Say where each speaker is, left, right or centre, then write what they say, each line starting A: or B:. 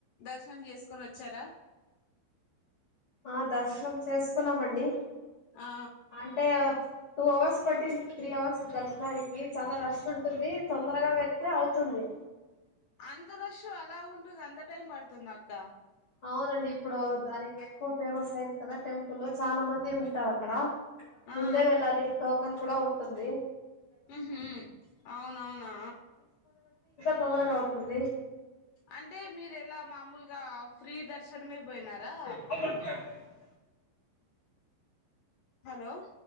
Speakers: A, on the left (about 75°); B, on the left (about 35°).
A: దర్శనం చేసుకొని వచ్చారా
B: ఆ దర్శనం చేసుకున్నామండి
A: ఆ
B: అంటే టూ అవర్స్ పట్టింది త్రీ అవర్స్ దర్శనానికి చాలా రష్ ఉంటుంది తొందరగా వెళ్తే అవుతుంది
A: అంతరష్ అలా ఉంటుంది అంత టైం పడుతుందా అక్క
B: అవునండి ఇప్పుడు దానికి ఎక్కువ ఫేమస్ అయింది కదా టెంపుల్ చాలా మంది ఉంటారు అక్కడ
A: ఆ
B: ముందే వెళ్ళాలి టోకన్ కూడా ఉ టుంది
A: ఉ హు అవునవునా
B: తోందారగా అవుతుంది
A: అంటే మీరు ఎలా మామూలుగా ఫ్రీ దర్శనమే
B: <inaudible>
A: పోయినారా హలో